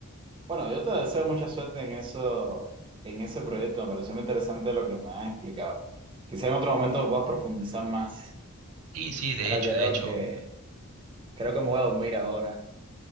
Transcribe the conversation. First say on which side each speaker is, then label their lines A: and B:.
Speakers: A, on the right (about 25°); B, on the right (about 85°).
A: Bueno, yo te deseo mucha suerte en eso, en ese proyecto. Me pareció muy interesante lo que me has explicado. Quizá en otro momento puedas profundizar más.
B: Sí, sí, de
A: Ahora
B: hecho,
A: creo
B: de hecho.
A: que, creo que me voy a dormir ahora.